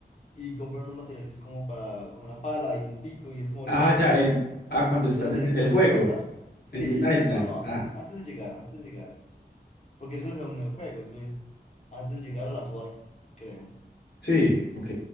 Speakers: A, on the left (about 40°); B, on the left (about 70°).
A: y compran unos materiales como para, como una pala y un pico, y es como
B: Ah,
A: listo,
B: ya,
A: vámonos
B: en. Ah, cuando están
A: Y ya tienen
B: en, en
A: que
B: el
A: volver
B: juego,
A: a pasar. Sí,
B: en Green Island.
A: no, no, a-
B: Ah,
A: antes de llegar, antes de llegar. Porque eso no es aún en el juego, eso es antes de llegar a la subasta, creo.
B: sí, ok,